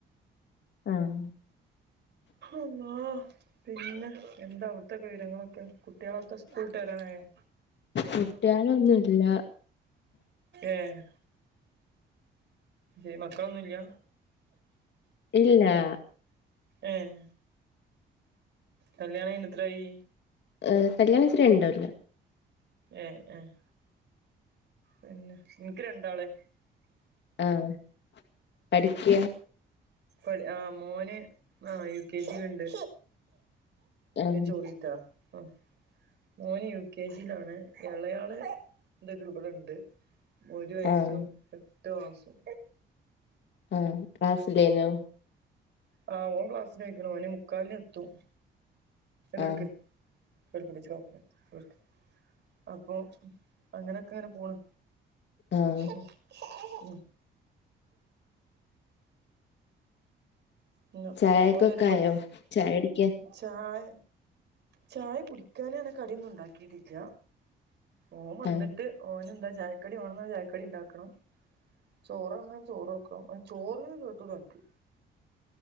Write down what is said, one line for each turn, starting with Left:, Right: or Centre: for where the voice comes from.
Left: ആഹ്.
Right: അള്ളാ പിന്നെ എന്താ അവിട്ത്തെക്ക വിവരങ്ങളൊക്കെ. കുട്ടിയേളൊക്കെ സ്കൂളുട്ട് വെരാനായോ.
Left: കുട്ടികളൊന്നുല്ല
Right: ഏഹ് ഏഹ് മക്കളൊന്നുല്ല
Left: ഇല്ലാ.
Right: ഏഹ് കല്യാണംകൈഞ് എത്രായി
Left: എഹ് കല്യാണം കഴിച്ചിട്ട് രണ്ടോല്ലം
Right: ഏഹ് ആഹ് പിന്നെ ഇനിക്ക് രണ്ടാള്
Left: ആഹ് പഠിക്ക
Right: ഒരു ആ മോന് ആ യു കെ ജിലുണ്ട്
Left: ആഹ്
Right: <inaudible> ഓൻ യു കെ ജിലാണ് എ ളയാള് ഇതെക്ണ് ഇപടെ ഇണ്ട് ഒരു വയസ്സും
Left: ആഹ്
Right: എട്ടു മാസും
Left: ആഹ് ക്ലാസ്സിലേനോ
Right: ആ ഓൻ ക്ലാസ്സിനോയിക്ക് ണ് ഓന് മുക്കാലിന് എത്തും കേക്ക്
Left: ആഹ്
Right: <inaudible> അപ്പൊ അങ്ങനെക്കെഅങ്ങനെ പോണ്
Left: ആഹ്
Right: ഇഹ് ആഹ് പിന്നെ
Left: ചായക്ക്
Right: ഓനൊരു
Left: ഒക്കെ
Right: പ
Left: ആയോ ചായടിക്കാൻ
Right: ചായ ചായ കുടിക്കാനങ്ങ നെ കടി ഒന്നും ഉണ്ടാക്കിട്ടില്ല ഓവന്നിട്ട്
Left: ആഹ്
Right: ഓനന്താ ചായക്കടി വേണനറഞ്ഞ ചായക്കടി ഇണ്ടാക്കണം ചോറ്ന്ന ചോറ്ക്കും ഓൻ ചോറ് കേട്ടൂട ഓനിക്ക്